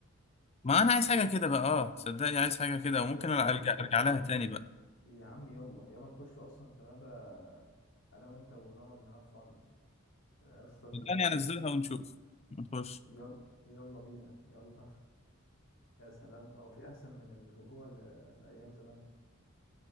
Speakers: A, on the left; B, on the left.
A: ما انا عايز حاجه كده بقى اه صدقني عايز حاجه كده وممكن
B: قمة
A: أنا
B: البساطة
A: ارجع ارجع لها تاني بقى
B: يا عم يلا يلا نخش اصلا في مابا انا وانت ونقعد نهاف فن يا اسطى دي
A: صدقني
B: جامده
A: انزلها ونشوف نخش
B: يلا يلا بينا يلا <laughs> يا سلام هو في احسن من الرجوع ل... لايام زمان